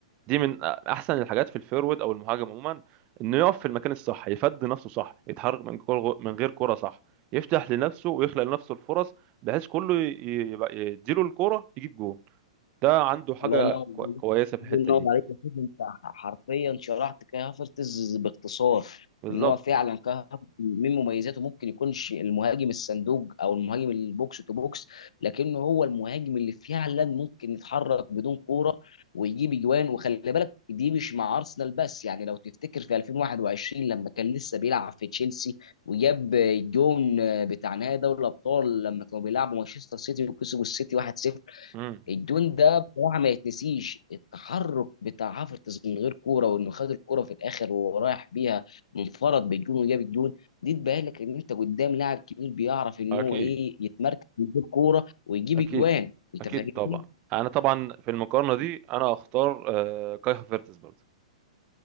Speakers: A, on the right (about 35°); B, on the left (about 80°).
A: دي من احسن الحاجات في الفيرود او المهاجم عموما انه يقف في المكان الصح يفد نفسه صح يتحرك من كرة من غير كرة صح يفتح لنفسه ويخلق لنفسه الفرص بحيث كله ي- يبقى يديله الكرة يجيب جون ده عنده حاجة
B: الله ينور عليك.
A: كو- كويسة في
B: الله
A: الحتة
B: ينور
A: دي
B: عليك يا سيدي انت حرفيا شرحت كاي هافرتز باختصار
A: بالظبط
B: ان هو فعلا كاي هافرتز من مميزاته ممكن يكونش المهاجم الصندوق او المهاجم البوكس تو بوكس لكنه هو المهاجم اللي فعلا ممكن يتحرك بدون كوره ويجيب اجوان وخلي بالك دي مش مع ارسنال بس يعني لو تفتكر في 2021 لما كان لسه بيلعب في تشيلسي وجاب الجون بتاع نهائي دوري الابطال لما كانوا بيلعبوا مانشستر سيتي وكسبوا السيتي 1-0
A: امم
B: الجون ده بصراحه ما يتنسيش التحرك بتاع حافظ من غير كوره وانه خد الكوره في الاخر وهو رايح بيها منفرد بالجون وجاب الجون دي تبين لك ان انت قدام لاعب كبير بيعرف ان
A: اكيد
B: هو ايه يتمركز من غير كوره ويجيب
A: اكيد
B: اجوان انت
A: اكيد
B: فاهمني؟
A: طبعا انا طبعا في المقارنة دي انا اختار آه، كاي هافيرتز برضه